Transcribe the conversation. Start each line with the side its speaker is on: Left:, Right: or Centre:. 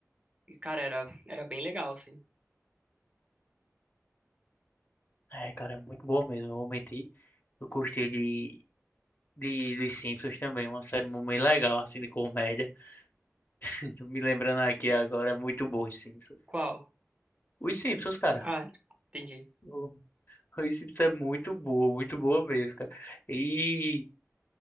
Right: E, cara, era, era bem legal, assim.
Left: É, cara, é muito boa mesmo, eu vou mentir. Eu gostei de, de dos Simpsons também, uma série muito legal, assim, de comédia. <laughs> Tô Me lembrando aqui agora, é muito bom os Simpsons.
Right: Qual?
Left: Os Simpsons, cara.
Right: Ah, entendi.
Left: o- Os Simpsons é muito boa, muito boa mesmo, cara. E,